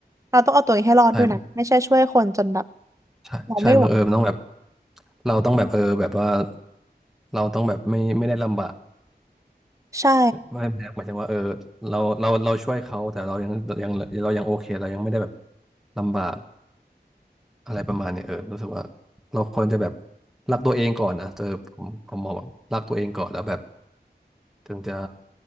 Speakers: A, on the right (about 20°); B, in the centre.
A: เราต้องเอาตัวเองให้รอดด้วยนะไม่ใช่ช่วยคนจนแบบ
B: ใช่ ใช่ใช่บังเออมันต้องแบบ
A: เราไม่ไหว
B: เราต้องแบบเออแบบว่าเราต้องแบบไม่ไม่ได้ลำบาก
A: ใช่
B: ไม่หมายถึงว่าเออเราเราเราช่วยเขาแต่เรายังยังเรายังโอเคเรายังไม่ได้แบบลำบากอะไรประมาณเนี้ยเออรู้สึกว่าเราควรจะแบบรักตัวเองก่อนนะเออผมผมมองแบบรักตัวเองก่อนแล้วแบบถึงจะ